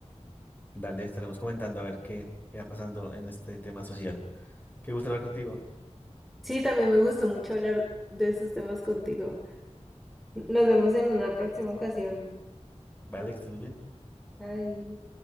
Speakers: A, on the left (about 15°); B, in the centre.
A: Dale, estaremos comentando a ver qué, qué va pasando en este tema social. Qué gusto hablar contigo.
B: Sí, también me gustó mucho hablar de esos temas contigo. Nos vemos en una próxima ocasión.
A: Vale, que estés muy bien.
B: Bye.